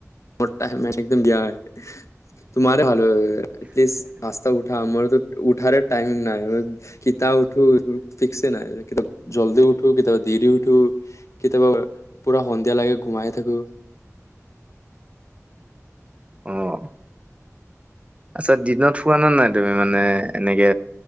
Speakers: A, on the left; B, on the right.
A: মোৰ টাইম মানে একদম বিয়া হয়, তুমহৰাৰে ভাল ইচ আস্তা উঠা আমাৰ হাতত উঠ উঠাৰে টাইম নাই কিতা উঠো ফিক্স নাইতি জল্দি উঠো কেতিয়াবা দেৰি উঠো কেতিয়াবা পুৰা সন্ধিয়া লাগে ঘুমাই থাকো
B: অ', আচ্ছা দিনত শুৱা নে নাই তুমি মানে এনেকে